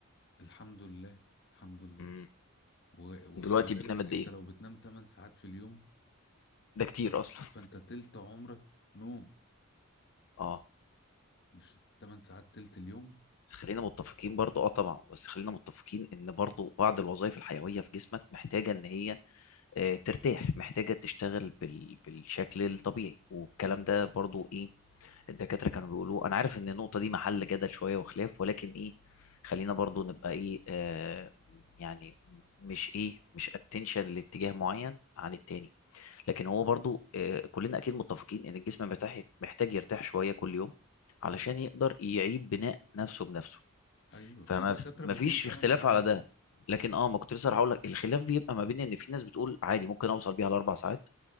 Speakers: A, on the left; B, on the left.
A: الحمد لله الحمد لله
B: امم
A: و-
B: دلوقتي
A: وخلي بالك
B: بتنام قد
A: انت
B: ايه
A: لو بتنام 8 ساعات في اليوم
B: ده كتير
A: فانت
B: اصلا
A: فانت تلت عمرك نوم
B: <laughs> اه
A: مش 8 ساعات تلت اليوم
B: بس خلينا متفقين برضو اه طبعا بس خلينا متفقين ان برضو بعض الوظائف الحيويه في جسمك محتاجه ان هي آه، ترتاح محتاجه تشتغل بال... بالشكل الطبيعي والكلام
A: امم
B: ده برضو ايه الدكاترة كانوا بيقولوا أنا عارف إن النقطة دي محل جدل شوية وخلاف ولكن إيه خلينا برضو نبقى إيه آه يعني مش إيه مش اتنشن لاتجاه معين عن التاني لكن هو برضو آه كلنا أكيد متفقين إن الجسم محتاج محتاج يرتاح شوية كل يوم علشان يقدر يعيد بناء نفسه بنفسه
A: ايوه
B: فما
A: في دكاترة
B: ف- ما
A: بتقول
B: فيش
A: 8
B: اختلاف
A: ساعات
B: على ده لكن اه ما كنت لسه هقول لك الخلاف بيبقى ما بين ان في ناس بتقول عادي ممكن اوصل بيها لاربع ساعات